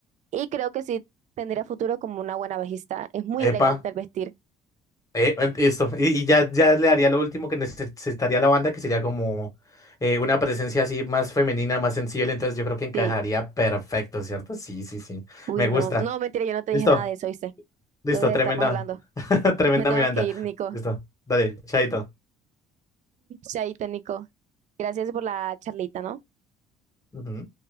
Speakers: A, on the right; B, on the left.
A: y creo que sí tendría futuro como una buena bajista. Es muy elegante
B: Epa.
A: al vestir,
B: Eh, eh, esto, y, y ya, ya le haría lo último que necesitaría la banda, que sería como eh, una presencia así más femenina, más sensible, entonces yo creo que encajaría
A: sí.
B: perfecto, ¿cierto? Sí, sí, sí,
A: Uy,
B: me
A: no,
B: gusta.
A: no, mentira, yo no te
B: Listo,
A: dije nada de eso, ¿viste?
B: listo,
A: Entonces
B: tremenda,
A: estamos hablando.
B: <laughs> tremenda
A: Me tengo
B: mi banda.
A: que ir, Nico.
B: Listo, dale, chaito.
A: Chaito, Nico. Gracias por la charlita, ¿no?
B: Ujú.